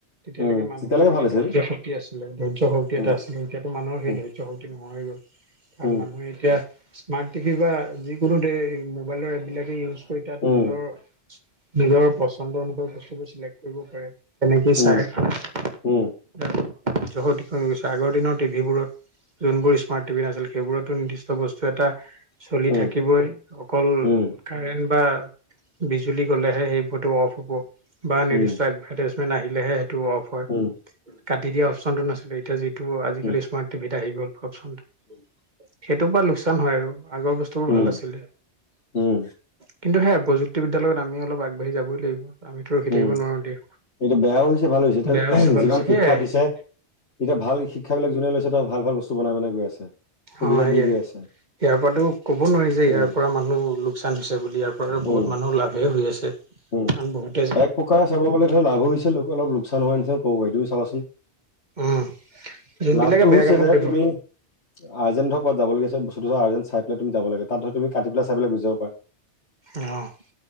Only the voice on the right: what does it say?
তেতিয়ালৈকে
মানুহৰ
মানে
ধৈৰ্য্য শক্তি আছিলে ধৈৰ্য্য শক্তি
এটা আছিলে। এতিয়াতো মানুহৰ ধৈৰ্য্য
শক্তি নোহোৱা হৈ গ'ল। কাৰণ
মানুহে এতিয়া স্মাৰ্ট টি ভি বা যি <unintelligible> এই মোবাইলৰ এপবিলাকে ইউজ কৰি তাত
নিজৰ নিজৰ পচন্দ অনুসৰি বস্তুবোৰ চিলেক্ট কৰিব পাৰে তেনেকেই চাই।
<unintelligible>
আগৰ দিনৰ টিভিবোৰত যোনবোৰ স্মাৰ্ট টিভি নাছিল। সেইবোৰতো নিৰ্দিষ্ট বস্তু এটা চলি
থাকিবই,
অকল
কাৰেণ্ট বা বিজুলি গ'লেহে সেইটো ফটু অফ হ'ব বা নিৰ্দিষ্ট
এডভাৰ্টাইমেন্ট আহিলেহে সেইটো অফ হয়।
কাটি দিয়া অপশচনতটো নাছিলে। এতিয়া যিটো আজিকালি
স্মাৰ্ট অপচনটো, উম। সেইটোৰ পৰা লোকচান হয় আৰু আগৰ বস্তুবোৰ
ভাল আছিলে।
কিন্তু সেয়া প্ৰযুক্তিবিদ্যাৰ লগত আমি অলপ আগবাঢ়ি যাবই লাগিব। আমিতো ৰখি
থাকিব নোৱাৰো দিয়া
বেয়া ভাল
হৈছে
সেয়াই
অ', সেয়াই।
ইয়াৰ
পৰাতো ক'ব নোৱাৰি যে, ইয়াৰ
পৰা মানুহ লোকচান হৈছে। বুলি ইয়াৰ পৰাও বহুত
মানুহৰ লাভেই হৈ আছে।
কাৰণ বহুতে
উম যোনবিলাকে
বেয়া
কামত
দিব
অ'।